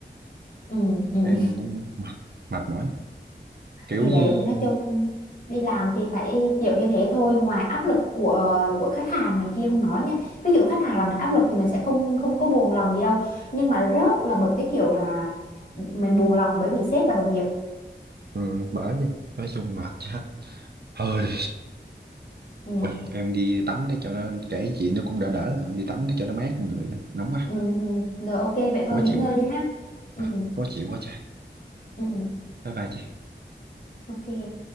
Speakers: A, on the left; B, on the right.
A: ừ ừ
B: em cũng mệt, mệt mỏi kiểu
A: thì
B: như
A: đấy thì nói chung đi làm thì phải chịu như thế thôi ngoài áp lực của của khách hàng này kia không nói nha ví dụ khách hàng là mình áp lực thì mình sẽ không không có buồn lòng gì đâu nhưng mà rất là bực cái kiểu là mình buồn lòng bởi vì sếp và đồng nghiệp
B: ừ, bởi đi nói chung mệt chết hơi
A: ừ,
B: Ôi, em đi tắm cái chỗ nó kể chuyện nó cũng đỡ đỡ em đi tắm cái chỗ nó mát người nóng quá
A: ừ, ừ. rồi ok vậy thôi
B: khó
A: nghỉ
B: chịu
A: ngơi
B: quá
A: đi ha ừ,
B: à,
A: ừ,
B: khó chịu quá trời
A: ừ, ừ.
B: bye bye chị
A: ok